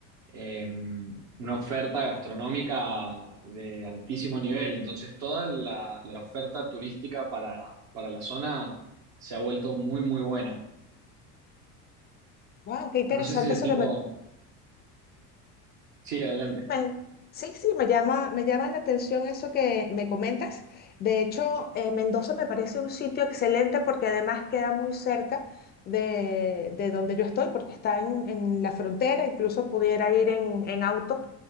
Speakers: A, on the right; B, on the left.
A: eh, una oferta gastronómica de altísimo nivel. Entonces, toda la, la oferta turística para, para la zona se ha vuelto muy, muy buena.
B: Wow, qué interesante
A: No sé si el
B: eso
A: tipo...
B: que me
A: Sí, adelante.
B: Me- sí, sí, me llama, me llama la atención eso que me comentas. De hecho, eh, Mendoza me parece un sitio excelente porque además queda muy cerca de, de donde yo estoy, porque está en, en la frontera, incluso pudiera ir en, en auto.